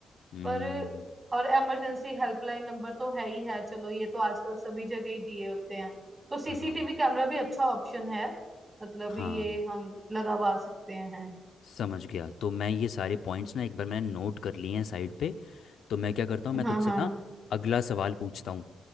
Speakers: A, on the left; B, on the right.
A: हम्म
B: पर और इमरजेंसी हेल्पलाइन नंबर तो है ही है चलो ये तो आजकल सभी जगह ही दिए होते हैं तो सीसीटीवी
A: हाँ
B: कैमरा भी अच्छा ऑप्शन है मतलब
A: हाँ
B: ये हम लगवा सकते हैं
A: समझ गया तो मैं ये सारे पॉइंट्स ना एक बार मैंने नोट कर लिए हैं साइड पे तो मैं क्या करता हूँ मैं
B: हाँ
A: तुझसे
B: हाँ
A: ना अगला सवाल पूछता हूँ